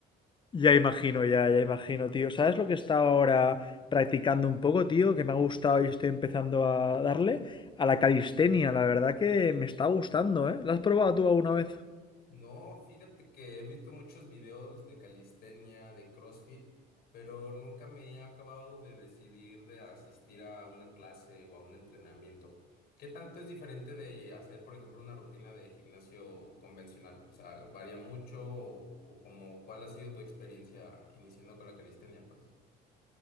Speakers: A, on the left; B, on the left.
A: Ya imagino, ya, ya imagino, tío. ¿Sabes lo que he estado ahora practicando un poco, tío? Que me ha gustado y estoy empezando a darle a la calistenia. La verdad que me está gustando, ¿eh? ¿La has probado tú alguna vez?
B: No, fíjate que he visto muchos videos de calistenia, de CrossFit, pero nunca me he acabado de decidir de asistir a una clase o a un entrenamiento. ¿Qué tanto es diferente de hacer, por ejemplo, una rutina de gimnasio convencional? O sea, ¿varía mucho o, o como cuál ha sido tu experiencia iniciando con la calistenia, pues?